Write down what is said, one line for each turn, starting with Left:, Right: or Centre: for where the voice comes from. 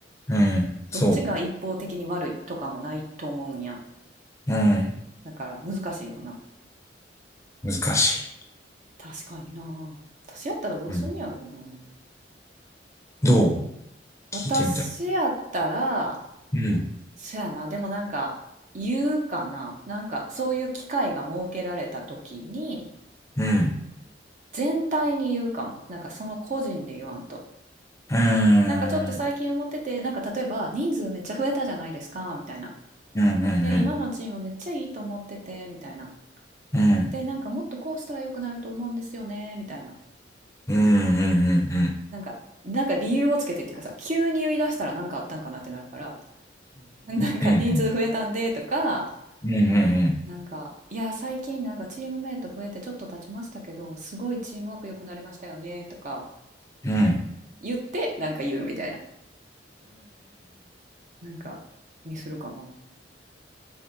Left: うん。そ
Right: どっちが一方的に悪いとかもないと思うんやん
Left: う。うん。
Right: だから難しいよな
Left: 難し
Right: 確かにな。私やったらどうすんねやろうな。
Left: い。うん。どう
Right: 私やったら、
Left: 聞いてみたい。うん。
Right: そやな、でもなんか、言うかな。なんか、そういう機会が設けられた時に、
Left: うん。
Right: 全体に言うかも。なんか、その個人で言わんと。
Left: うーん。
Right: なんかちょっと最近思ってて、なんか例えば、人数めっちゃ増えたじゃないですか、みたいな。
Left: うん。うん。
Right: で、今のチームめっちゃいいと思ってて、みたいな。
Left: うん。
Right: で、なんかもっとこうしたら良くなると思うんですよね、みたいな。
Left: うん。うん。うん。うん。
Right: なんか、なんか理由をつけてっていうかさ、急に言い出したらなんかあったんかなってなるから、<laughs> なんか人数増えたんでとか、
Left: うん。うん。うん。
Right: なんか、いや、最近なんかチームメイト増えてちょっと経ちましたけど、すごいチームワーク良くなりましたよねとか
Left: うん。うん。うん。うん。
Right: 言ってなんか言うみたいな、なんかにするかな。